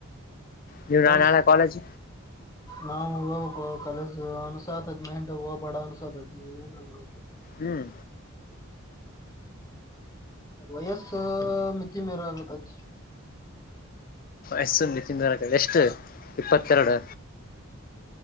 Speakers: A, on the left; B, on the left.
A: ನೀ ನ
B: ಕೆಲ್ಸ
A: ನಾಳೆ ಕಾಲೇಜ್
B: ನಾವು ಹವುಕ ಕಲಸು ಅನಸಾದದ ಮೆಹಂಡ ಹೋಗಬಾಡ ಅನಸೋದ್ದ ಏನು ಮಾಡ
A: ಹ್ಮ್
B: ವಯಸ ಮಿತಿ ಮೇರ ಅತಾಜ
A: ಎಸ್ಸು ನಿತಿನ್ ಬರಕ ಎಷ್ಟು ಇಪ್ಪತ್ತೆರಡು
B: ಹ್ಮ